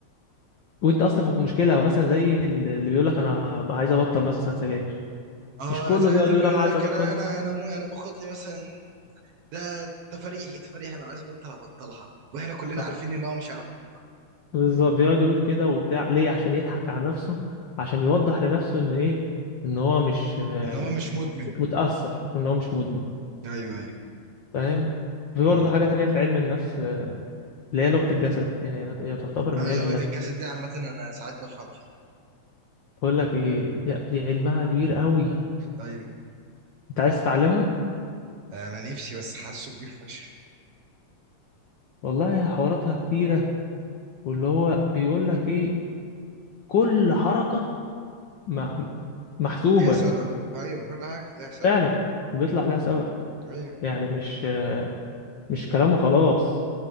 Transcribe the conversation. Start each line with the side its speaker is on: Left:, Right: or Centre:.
Left: وانت اصلا في مشكله او مثلا زي اللي بيقول لك انا عايز ابطل مثلا سجاير
Right: اه
Left: مش كله
Right: زي
Left: بيقعد
Right: اللي
Left: يقول
Right: بيقول
Left: انا عايز
Right: لك
Left: ابطل
Right: انا انا انا مو انا باخد لي مثلا ده تفريحي تفريحي لو عايز ابطل هبطلها واحنا كلنا
Left: طب
Right: عارفين ان هو مش عارف يبطلها
Left: بالظبط بيقعد يقول كده وبتاع ليه عشان يضحك على نفسه عشان يوضح لنفسه ان ايه ان هو مش آه،
Right: ان هو مش مدمن
Left: مش متاثر ان هو مش مدمن
Right: ايوه
Left: فاهم في برضه
Right: ايوه
Left: حاجه تانية في علم النفس آه، اللي هي لغه الجسد يعني هت- هي تعتبر من
Right: انا
Left: علم
Right: لو
Left: النفس
Right: غدا الجسد ده عامه انا ساعات بفهم فيه
Left: بقول لك ايه يا- دي علمها كبير قوي
Right: ايوه
Left: انت عايز تتعلمها
Right: انا نفسي بس حاسه كبير فشخ
Left: والله حواراتها كتيره واللي هو بيقول لك ايه كل حركه م- محسوبة
Right: ليها سبب ايوه كل حاجه ليها سبب
Left: فعلا وبيطلع لها سبب
Right: ايوه
Left: يعني مش مش كلامه خلاص